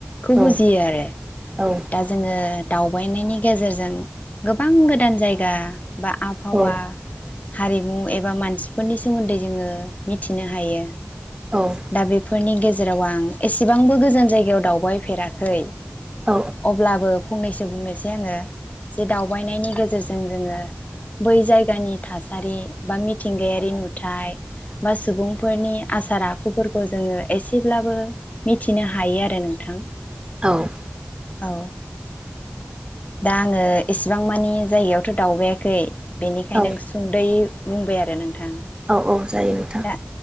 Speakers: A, on the left; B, on the right.
A: खौ
B: औ
A: बुजियो आरो
B: औ
A: दा जोङो दावबायनायनि गेजेरजों गोबां गोदान जायगा बा आबहावा
B: औ
A: हारिमु एबा मानसि फोरनि सोमोन्दै जोङो मिथिनो हायो।
B: औ
A: दा बि फोरनि गेजेराव आं एसेबांबो गोजान जायगायाव दावबायफेराखै।
B: औ
A: अब्लाबो फंनैसो बुंनोसै आङो। जे दावबायनायनि गेजेरजों जोङो बै जायगानि थासारि बा मि मिथिंगायारि नुथाय बा सुबुंफोरनि आसार आ खुफोरखौ जोङो एसेब्लाबो मिथिनो हायो आरो नोंथां।
B: औ।
A: औ दा आङो एसेबां मानि जायगायावथ' दावबायाखै। बेनिखायनो
B: औ
A: आं सुंद'यै बुंबाय आरो नोंथां।
B: औ औ जायो नोंथां
A: दा